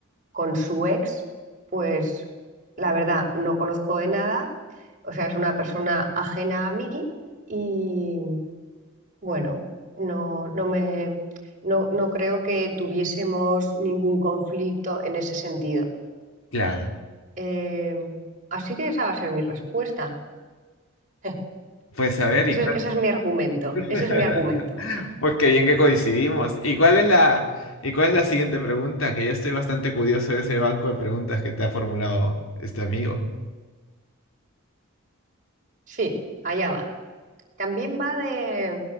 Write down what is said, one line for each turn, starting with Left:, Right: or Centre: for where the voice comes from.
Right: con su ex, pues la verdad, no conozco de nada, o sea, es una persona ajena a mí y Bueno, no, no me, no, no creo que tuviésemos ningún conflicto en ese sentido.
Left: Claro.
Right: Eh, así que esa va a ser mi respuesta. <laughs>
Left: Pues a ver, ¿y
Right: Ese,
Left: cuál?
Right: es- ese es mi argumento.
Left: <laughs>
Right: Ese es mi argumento.
Left: Pues qué bien que coincidimos. ¿Y cuál es la, y cuál es la siguiente pregunta? Que ya estoy bastante curioso de ese banco de preguntas que te ha formulado este amigo.
Right: Sí, allá va. También va de,